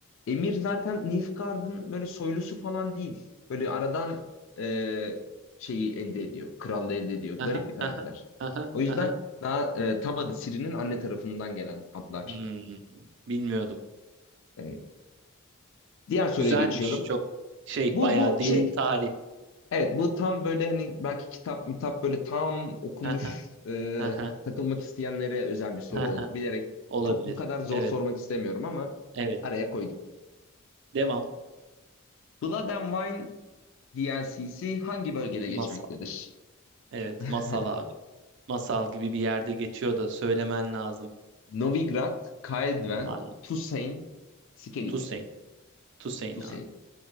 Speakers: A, on the left; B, on the right.
A: Emir zaten Nilfgaard'ın böyle soylusu falan değil. Böyle aradan e, şeyi elde ediyor. Krallığı elde ediyor. Garip
B: Aha,
A: bir karakter.
B: aha, aha,
A: O yüzden
B: aha.
A: daha e, tam adı Ciri'nin anne tarafından gelen adlar.
B: Hmm, bilmiyordum.
A: E, diğer soruya
B: Güzelmiş.
A: geçiyorum.
B: Çok şey
A: Bu
B: bayağı
A: bu
B: derin
A: şey.
B: tarih.
A: Evet bu tam böyle hani belki kitap mitap böyle tam okumuş
B: Aha,
A: e,
B: aha,
A: takılmak isteyenlere özel bir soru
B: aha.
A: oldu. Bilerek
B: Olabilir.
A: çok bu kadar zor
B: Evet.
A: sormak istemiyorum ama
B: Evet.
A: araya koydum.
B: Devam.
A: Blood and Wine DLC'si hangi bölgede geçmektedir?
B: Masal. Evet.
A: <laughs>
B: Masal abi. Masal gibi bir yerde geçiyor da söylemen lazım.
A: Novigrad, Kael'Dven,
B: Hayır.
A: Tusain, Skellige.
B: Tusein. Tusein
A: Tusain.
B: abi.